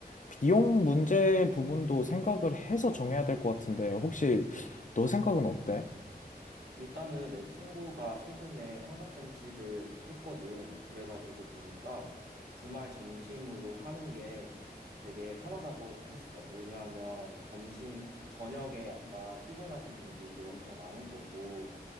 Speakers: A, on the left; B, on the right.
A: 비용 문제 부분도 생각을 해서 정해야 될 것 같은데 혹시 너 생각은 어때?
B: 일단은 내 친구가 최근에 환갑잔치를 했거든. 그래가지고 보니까 주말 점심으로 하는 게 되게 편하다고 했어. 왜냐하면 점심, 저녁에 약간 피곤하신 분들도 엄청 많을 거고,